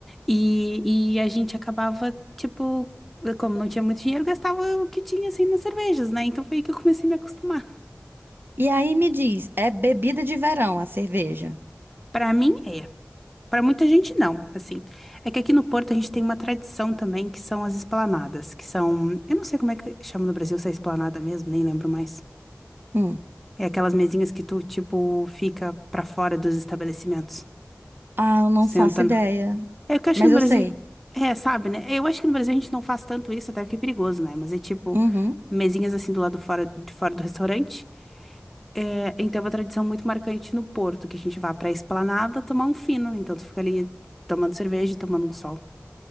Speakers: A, in the centre; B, on the right.
A: E, e a gente acabava, tipo, como não tinha muito dinheiro, gastava o que tinha assim nas cervejas, né? Então foi aí que eu comecei a me acostumar.
B: E aí me diz, é bebida de verão a cerveja?
A: Pra mim, é. Para muita gente, não, assim. É que aqui no Porto a gente tem uma tradição também, que são as esplanadas, que são... Eu não sei como é que chama no Brasil se é esplanada mesmo, nem lembro mais.
B: Hum.
A: É aquelas mesinhas que tu, tipo, fica pra fora dos estabelecimentos.
B: Ah, eu não
A: Senta.
B: faço ideia,
A: na- É o que eu acho
B: mas
A: que no
B: eu
A: Brasil...
B: sei.
A: É, sabe, né? Eu acho que no Brasil a gente não faz tanto isso, até porque é perigoso, né? Mas é tipo,
B: Uhum.
A: mesinhas assim do lado fora, de fora do restaurante. É, então é uma tradição muito marcante no Porto, que a gente vá pra esplanada tomar um fino. Então tu fica ali tomando cerveja, e tomando um sol.